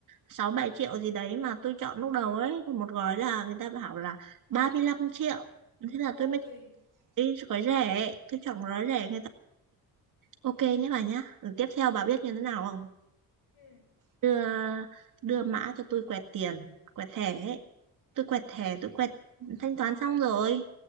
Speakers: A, on the right (about 55°); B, on the left (about 85°).
A: sáu bảy triệu gì đấy mà tôi chọn lúc đầu
B: Ừ.
A: ấy Còn một gói là người ta bảo là 35 triệu Thế là
B: Ôi.
A: tôi mới chọn cái gói rẻ ấy. Tôi chọn gói rẻ
B: ừ
A: người ta Ok nhé bà nhá Rồi Tiếp theo bà biết như thế nào không
B: ừ
A: Đưa, đưa mã cho tôi quẹt tiền Quẹt thẻ
B: ừ
A: ấy. Tôi quẹt thẻ tôi quẹt thanh toán xong rồi